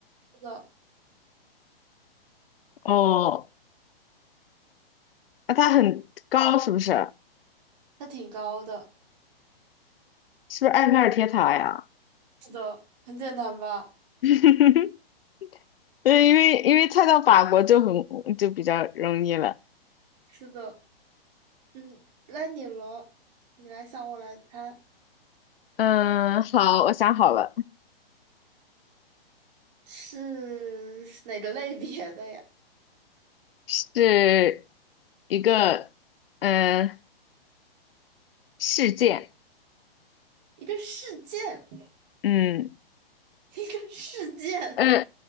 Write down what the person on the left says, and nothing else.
哦，那它很高是不是？
是不是埃菲尔铁塔呀？
<laughs> 对，因为因为菜到法国就很就比较容易了。
嗯，好，我想好了，
是一个嗯事件，
嗯
呃